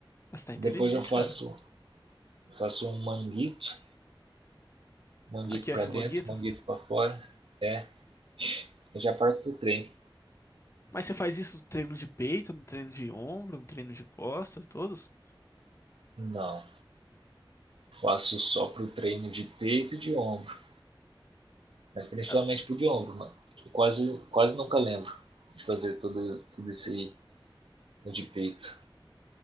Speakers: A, on the left; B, on the right.
A: Mas tá inteligente,
B: Depois eu faço
A: cara.
B: faço um manguito, manguito
A: Aquece
B: para dentro,
A: o manguito.
B: manguito para fora, é, eu já parto pro treino.
A: Mas você faz isso no treino de peito, no treino de ombro, no treino de costas, todos?
B: Não, faço só pro treino de peito e de ombro, mas principalmente
A: Ah,
B: pro de ombro, mano. Eu quase, quase nunca lembro de fazer tudo, tudo isso aí no de peito.